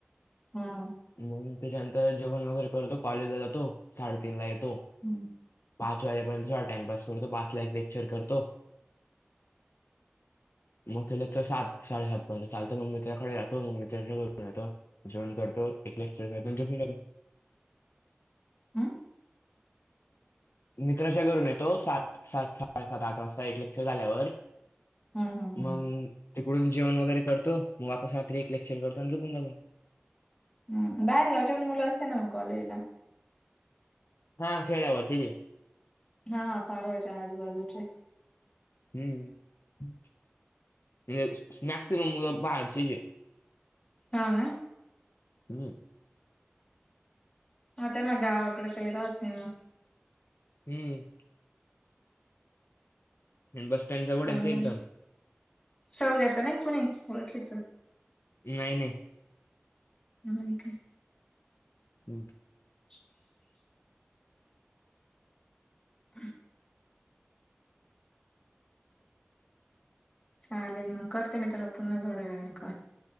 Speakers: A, on the left (about 20°); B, on the left (about 65°).
A: हम
B: मग त्याच्यानंतर जेवण वगैरे करतो कॉलेजला जातो साडेतीीन ला येतो
A: हम्म
B: पाच वाजेपर्यंत थोडा टाइमपास करतो पाच लाख लेक्चर करतो मग त्याला तर सात साडे सात पर्यंत चालत मग मित्राकडे जातो मग मित्राच्या घरून येतो जेवण करतोय एकच जखमीलाो
A: हम्म
B: मित्राच्या घरून येतो सात सात सडे सात आठ वाजता एक लेक्चर झाल्यावर
A: हम्
B: मग तिकडून जेवण वगैरे करतो मग वापस एक रात्री एक लेक्चर करतो आणि झोपून जातो
A: हम बाहेर घ्यायच्या पण मुलं असे ना मग कॉलेजला
B: हां खेळ आवर ठीके जे
A: हा सारो आहेच आजूबाजूचे
B: हम्म म्हणजे मॅक्सिमम म बाहेचीजे
A: हा ना
B: हम्म
A: ह त्यां ना गावाकडे काही राहत नाही ना
B: हम् आणि बस स्टँड जवळ
A: चांगलं
B: आहे ना ते एकदम
A: शवग्याच नाही कुणी ओळखीचं
B: नाही नाही
A: ह काय
B: हम्म
A: <unintelligible> क चालेल मग करते मी तुला पुन्हा जवड वय निघून